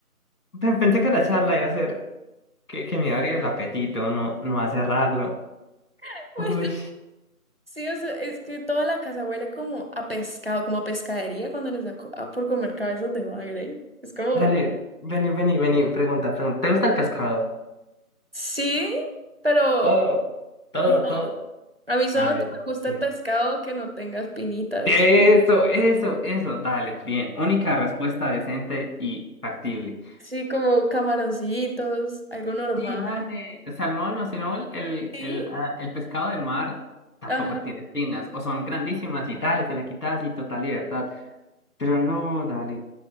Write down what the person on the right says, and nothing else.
<laughs>
Bueno, sí, o sea, es que toda la casa huele como a pescado, como a pescadería cuando les da co- a- por comer cabezas de bagre. Es como,
sí, pero
no,
a mí solo
me gusta
el pescado que no tenga espinitas.
Sí, como camaroncitos, algo normal.
Sí.
Ajá.